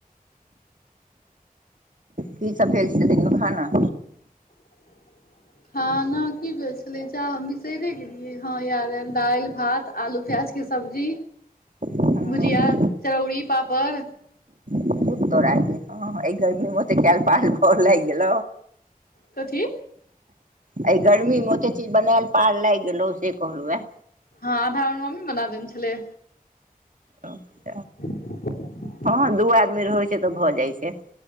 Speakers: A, on the right; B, on the left.
A: की सब भेल छल हो खाना
B: <inaudible> खाना की भेल छले जा हम बिसैरे गेलियै ह दालि भात आलू प्याज के सब्जी
A: हँ
B: भुजिया चरौरी पापड़
A: तो रागे हँ गर्मी मते कल पाल फर लागि गेल
B: कथी
A: एहि गर्मी मे ओते चीज बनायल पार लागि गेलौ से कहलहु हे
B: हँ आधा आर मम्मी बना देने छलै
A: आ
B: <inaudible>
A: हँ दू आदमी रहै छै तऽ भऽ जाइ छै